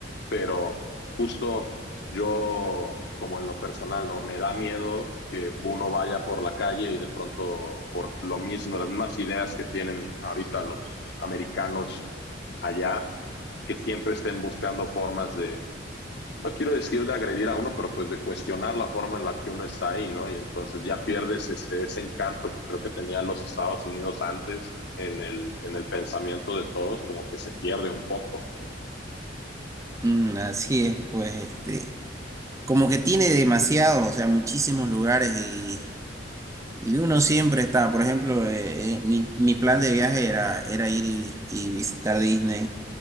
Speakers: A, on the left; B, on the right.
A: Pero justo yo, como en lo personal, ¿no? Me da miedo que uno vaya por la calle y de pronto por lo mismo, las mismas ideas que tienen ahorita los americanos allá, que siempre estén buscando formas de, no quiero decir de agredir a uno, pero pues de cuestionar la forma en la que uno está ahí, ¿no? Y entonces ya pierdes este, ese encanto que creo que tenía los Estados Unidos antes en el, en el pensamiento de todos, como que se pierde un poco.
B: Mm, así es, pues, este. como que tiene demasiado, o sea, muchísimos lugares y, y uno siempre está, por ejemplo, eh, eh, mi, mi plan de viaje era, era ir y, y visitar Disney